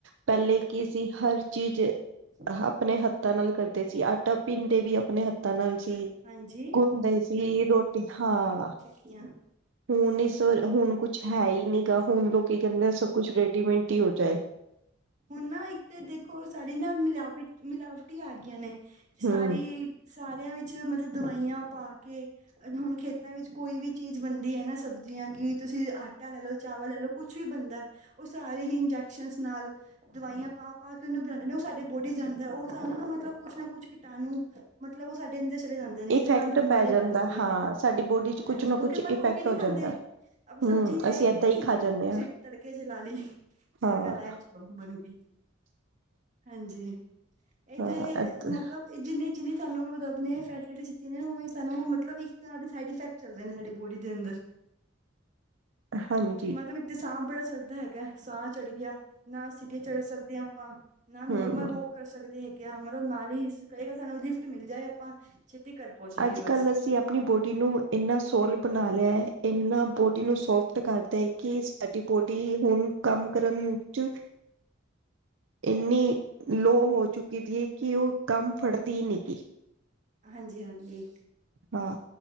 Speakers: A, on the right; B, on the right.
A: ਪਹਿਲੇ ਕੀ ਸੀ ਹਰ ਚੀਜ਼
B: ਆ
A: ਆਪਣੇ ਹੱਥਾਂ ਨਾਲ ਕਰਦੇ ਸੀ ਆਟਾ ਪੀਂਦੇ ਵੀ ਆਪਣੇ ਹੱਥਾਂ ਨਾਲ ਸੀ।
B: ਹਾਂਜੀ
A: ਘੁੰਦੇ ਸੀ ਰੋਟੀ ਹਾਂ
B: ਸ਼ਕੀਿਆ
A: ਹੁਣ ਇਸ ਵਾਰੀ ਹੁਣ ਕੁਛ ਹੈ ਹੀ ਨੀ ਗਾ ਹੁਣ ਲੋਕ ਕੀ ਕਹਿੰਦੇ ਸਭ ਕੁਛ ਰੈਡੀਮੇਟ ਹੀ ਹੋ ਜਾਏ।
B: ਹੁਣ ਨਾ ਇੱਕ ਤੇ ਦੇਖੋ ਸਾਰੀ ਨਾ ਮਿਲਾਵਟੀ ਮਿਲਾਵਟ ਆ ਗਈਆਂ ਨੇ, ਸਾਰੀ
A: ਹੂੰ
B: ਸਾਰਿਆਂ ਵਿੱਚ ਮਤਲਬ ਦਵਾਈਆਂ ਪਾ ਕੇ ਹੁਣ ਖੇਤਾਂ ਵਿੱਚ ਕੋਈ ਵੀ ਚੀਜ਼ ਬਣਦੀ ਏ ਨਾ ਸਬਜ਼ੀਆਂ ਕਿ ਤੁਸੀਂ ਆਟਾ ਲੈ ਲਉ ਲੈ ਲੋ ਕੁਛ ਵੀ ਬੰਦਾ ਉਹ ਸਾਰੇ ਹੀ ਇੰਜੈਕਸ਼ਨ ਨਾਲ਼ ਦਵਾਈਆਂ ਪਾ ਪਾ ਕੇ ਉਹਨੂੰ ਬਣਾਂਦੇ ਨੇ ਉਹ ਸਾਡੇ ਬੋਡੀ ਜਾਂਦਾ ਉਹ ਸਾਨੂੰ ਨਾ ਮਤਲਬ ਕੁਛ ਨਾ ਕੁਛ ਕੀਟਾਣੂ ਮਤਲਬ ਉਹ ਸਾਡੇ ਅੰਦਰ ਚਲੇ ਜਾਂਦੇ ਨੇ ਜਿੱਥੇ
A: ਇਫੈਕਟ
B: ਹਾਂ ਬਿਮਾਰੀਆਂ
A: ਪੈ ਜਾਂਦਾ
B: ਪੈਦਾ ਹੁੰਦੀਆਂ
A: ਹਾਂ
B: ਨੇ
A: ਸਾਡੀ ਬੋਡੀ ਚ
B: ਹਾਂਜੀ
A: ਕੁਛ ਨਾ
B: ਕਿਉਂਕਿ
A: ਕੁਛ
B: ਆਪਾਂ
A: ਇਫੈਕਟ
B: ਧੋ ਕੇ ਥੋ ਕਿ ਨੀ
A: ਹੋ
B: ਖਾਂਦੇ
A: ਜਾਂਦਾ।
B: ਆਪਾਂ
A: ਹੂੰ
B: ਸਬਜ਼ੀ ਲਿਆਏ
A: ਅਸੀਂ ਏਦਾਂ
B: ਕੱਟੀ
A: ਹੀ ਖਾ ਜਾਂਦੇ
B: ਕੁਸੀ
A: ਹਾਂ
B: ਤੜਕੇ ਚ ਲਾ ਲੀ ਤੜਕਾ
A: ਹਾਂ
B: ਲਾਇਆ ਚ ਬਣ ਗ ਹਾਂਜੀ ਇਹ
A: ਹਾਂ
B: ਤੇ
A: ਏਦਾਂ
B: ਮਤਲਬ ਜਿੰਨੀ ਜਿੰਨੀ ਸਾਨੂੰ ਰੱਬ ਨੇਂ ਫੈਸਿਲਿਟੀ ਦੀਤ ਜਿਵੇਂ ਓਵੇਂ ਸਾਨੂੰ ਮਤਲਬ ਇੱਕ ਤਰ੍ਹਾਂ ਦੇ ਸਾਈਡ ਇਫੈਕਟ ਚੱਲਦੇ ਨੇ ਸਾਡੀ ਬੋਡੀ ਦੇ ਅੰਦਰ
A: ਹਾਂਜੀ।
B: ਮਤਲਬ ਇੱਕ ਤੇ ਸਾਹ ਬੜਾ ਚਰਦਾ ਹੈਗਾ ਸਾਹ ਚੜ੍ਹ ਗਿਆ ਨਾ ਸਿਟੀ ਚੜ੍ਹ ਸਕਦੇ ਆ ਆਪਾਂ ਨਾ ਨੋਰਮਲ
A: ਹੂੰ
B: ਵੋਕ ਕਰ ਸਕਦੇ ਹੈਗੇ ਆ ਮਤਲਬ ਨਾਲ਼ ਹੀ ਕਹੇਗਾ ਸਾਨੂੰ ਲਿਫ਼ਟ ਮਿਲ ਜਾਏ ਆਪਾਂ ਛੇਤੀ ਘਰ ਪਹੁੰਚ ਜਾਈਏ
A: ਅੱਜ ਕੱਲ੍ਹ
B: ਬਸ
A: ਅਸੀਂ ਆਪਣੀ ਬੋਡੀ ਨੂੰ ਇੰਨਾ ਸੋਲ ਬਣਾ ਲਿਆ ਐ ਇੰਨਾ ਬੋਡੀ ਨੂੰ ਸੋਫਟ ਕਰਦਾ ਹੈ ਕਿ ਸਾਡੀ ਬੋਡੀ ਹਿ ਹੁਣ ਕੰਮ ਕਰਨ ਚ ਇੰਨੀ ਲੋ ਹੋ ਚੁੱਕੀ ਜੀ ਕਿ ਉਹ ਕੰਮ ਫੜਦੀ ਈ ਨੀ ਗੀ।
B: ਹਾਂਜੀ ਹਾਂਜੀ
A: ਹਾਂ